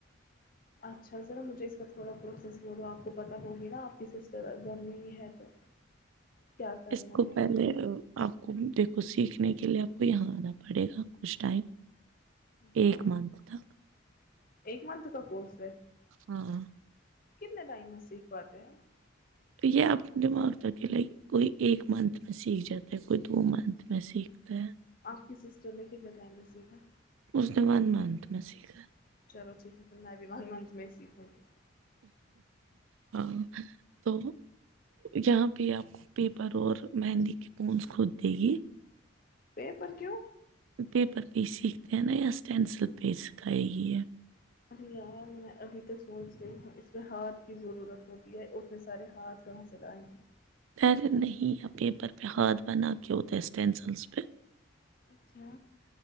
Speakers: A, on the left; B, on the right.
A: اچھا ذرا مجھے اس کا تھوڑا پروسیس بولو آپ کو پت ہوگی نا آپ کی سسٹر گھر میں ہی ہے تو کیا کرنا
B: اس کو
A: ہے
B: پہلے
A: کیسے
B: آپ کو دیکھو سیکھنے کے لیے آپ کو یہاں آنا پڑے گا کچھ ٹائم
A: ہاں
B: ایک منتھ تک
A: ایک منتھ کا کوورس
B: ہاں
A: کتنا ٹائم ا <unintelligible> پات ہیں <unintelligible>
B: تو یہ اپنے دماغ تک ہے کوئی ایک منتھ میں سیکھ جاتا ہے کوئی دو منتھ میں سیکھتا ہے
A: آپ کی سسٹر نے کتنے ٹائنا مے سیکھا
B: اس نے ون منتھ میں سیکھا
A: چلو ٹھیک ہے تو میں بھی ون منت میں ہی سیکھوں گی
B: ہاں تو یہاں پہ آپ کو پیپر اور مہندی کے پونس خود دے گی
A: پیپر کیوں
B: پیپر پہ ہی سیکھتے ہیں نا یا اسٹینسل پہ ہی سکھائے گی ہے
A: ارے یار میں ابھی تو سوچ رہی ہوں اس پہ ہاتھ کی ضرورت ہوتی ہے ا میں سارے ہاتھ کا مسئلہ آئ گ
B: پ نہیں آ پیپر پ کھ بناا کےوت ای اسس ٹینسلز پ
A: اچھا